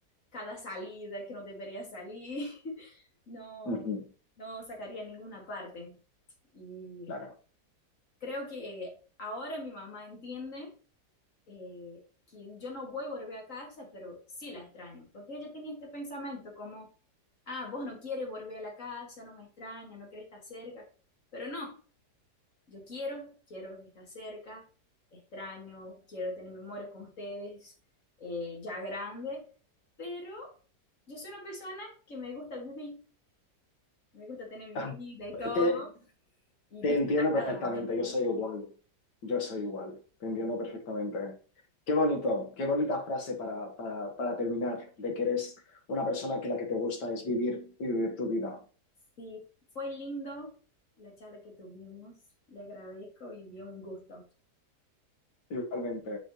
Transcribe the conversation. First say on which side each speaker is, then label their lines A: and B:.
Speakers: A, on the left; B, on the left.
A: cada salida que no debería salir, <laughs> no,
B: ujú,
A: no sacaría ninguna parte. Y
B: claro.
A: creo que ahora mi mamá entiende eh, que yo no voy a volver a casa, pero sí la extraño, porque ella tenía este pensamiento como, ah, vos no quieres volver a la casa, no me extraña, no querés estar cerca, pero no. Yo quiero, quiero estar cerca, extraño, quiero tener memorias con ustedes, eh, ya grande, pero yo soy una persona que me gusta vivir, me gusta tener mi
B: <laughs>
A: vida y todo,
B: Te-
A: y
B: Te
A: disfrutar
B: entiendo perfectamente,
A: cada momento.
B: yo soy igual, yo soy igual, te entiendo perfectamente. Qué bonito, qué bonita frase para, para, para terminar, de que eres una persona que la que te gusta es vivir y vivir tu vida.
A: Sí, fue lindo la charla que tuvimos, le agradezco y dio un gusto.
B: Igualmente.